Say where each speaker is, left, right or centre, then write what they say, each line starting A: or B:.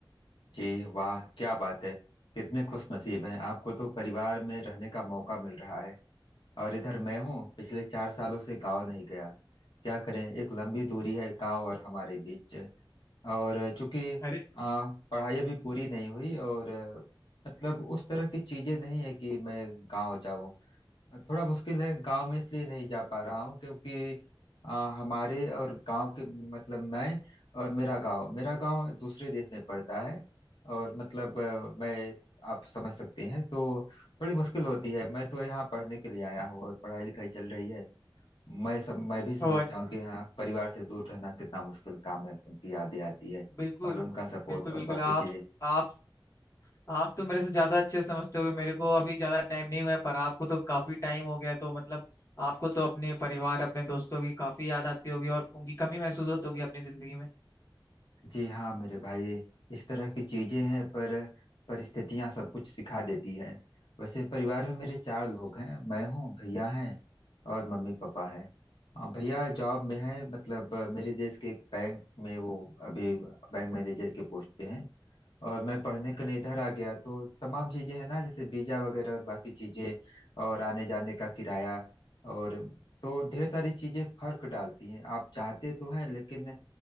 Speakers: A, on the left; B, on the left.
A: जी वाह क्या बात है कितने खुश नसीब हैं आपको तो परिवार में रहने का मौका मिल रहा है और इधर मैं हूँ पिछले चार सालों से गाँव नहीं गया क्या करें एक लंबी दूरी है गाँव और हमारे बीच और चूंकि
B: अरे
A: आ, पढ़ाई अभी पूरी नहीं हुई और अ, मतलब उस तरह की चीजें नहीं है कि मैं गाँव जाऊँ थोड़ा मुश्किल है गांव में इसलिए नहीं जा पा रहा हूँ क्योंकि आ, हमारे और गांव के मतलब मैं और मेरा गांव मेरा गांव दूसरे देश में पड़ता है और मतलब अ, मैं आप समझ सकते हैं तो थोड़ी मुश्किल होती है मैं तो यहाँ पढ़ने के लिए आया हूँ और पढ़ाई लिखाई चल रही है मैं सब मैं भी समझता
B: ओ अच्छा,
A: हूँ कि हाँ परिवार से दूर रहना कितना मुश्किल काम है उनकी यादें आती है
B: बिल्कुल
A: और उनका सपोर्ट
B: बिल्कुल
A: और
B: बिल्कुल
A: बाकी
B: आप
A: चीजें
B: आप आप तो मेरे से ज्यादा अच्छे समझते हो मेरे को अभी ज्यादा टाइम नहीं हुआ है पर आपको तो काफी टाइम हो गया तो मतलब आपको तो अपने परिवार अपने दोस्तों की काफी याद आती होगी और उनकी कमी महसूस होती होगी अपनी जिंदगी में
A: जी हाँ मेरे भाई इस तरह की चीजें हैं पर परिस्थितियां सब कुछ सिखा देती है वैसे परिवार में मेरे चार लोग हैं मैं हूँ भैया हैं और मम्मी पापा हैं अ, भैया जॉब में है मतलब अ, मेरे देश के एक बैंक में वो अभी बैंक मैनेजर के पोस्ट पे हैं और मैं पढ़ने के लिए इधर आ गया तो तमाम चीजें हैं ना जैसे वीजा वगैरह और बाकी चीजें और आने जाने का किराया और तो ढेर सारी चीजें फर्क डालती हैं आप चाहते तो हैं लेकिन